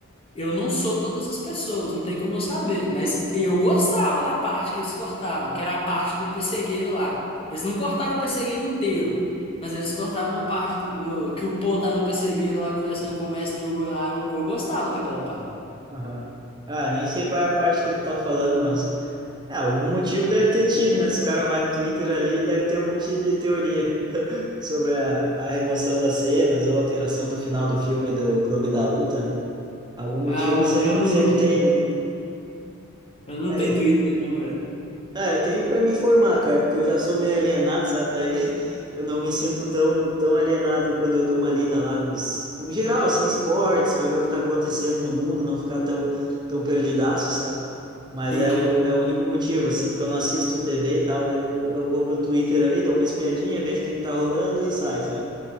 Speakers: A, on the left; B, on the right.
A: eu não sou todas as pessoas, não tem como eu saber, mas eu gostava da parte que eles cortaram, que era a parte do pessegueiro lá. Eles não cortaram o pessegueiro inteiro, mas eles cortaram uma parte do, do- que o Po tá no pessegueiro lá conversando com o mestre Hugo lá. Eu, eu gostava daquela parte.
B: aham. Ah, nem sei qual é a parte que tu tá falando, mas é, algum motivo deve ter tido, né? Esse cara vai no Twitter ali deve ter um monte de teoria sobre a, a remoção das cenas ou alteração do final do filme do Clube da Luta, né? Algum motivo
A: Ah, mano,
B: sempre,
A: eu não,
B: sempre tem, né?
A: eu não
B: aí
A: tenho Twitter não, velho.
B: Ah, eu tenho para me informar, cara, porque eu já sou meio alienado, sabe? Daí <laughs> eu não me sinto tão, tão alienado quando eu dou uma lida lá nos, no geral, assim, esportes, para ver o que está acontecendo no mundo, não ficar tão, tão perdidaço, sabe? Mas
A: Entendi,
B: é o, é o único motivo, assim, porque eu não assisto TV e tal, daí eu, eu vou pro Twitter ali, dou uma espiadinha, vejo o que que tá rolando e sai, sabe?